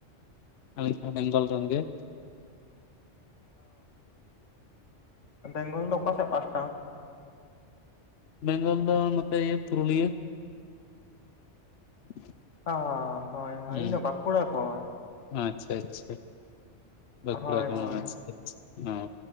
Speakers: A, on the left; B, on the left.
A: ᱟᱹᱞᱤᱧ ᱦᱚᱸ ᱵᱮᱝᱜᱚᱞ ᱨᱮᱱ ᱜᱮ
B: ᱚ ᱵᱮᱝᱜᱚᱞ ᱫᱚ ᱚᱠᱟ ᱥᱮᱫ ᱯᱟᱸᱥᱴᱟ
A: ᱵᱮᱝᱚᱞ ᱫᱚ ᱱᱚᱛᱮ ᱤᱭᱟᱹ ᱯᱩᱨᱩᱞᱤᱭᱟᱹ <unintelligible>
B: ᱚ ᱦᱳᱭ ᱦᱳᱭ
A: ᱦᱩᱸ
B: ᱤᱧ ᱫᱚ ᱵᱟᱸᱠᱩᱲᱟ ᱠᱷᱚᱡᱽ
A: ᱟᱪᱪᱷᱟ ᱟᱪᱪᱷᱟ ᱵᱟᱸᱠᱩᱲᱟ
B: ᱦᱳᱭ
A: ᱠᱷᱚᱱ
B: ᱦᱳᱭ
A: ᱟᱪᱪᱷᱟ ᱟᱪᱪᱷᱟ ᱦᱚ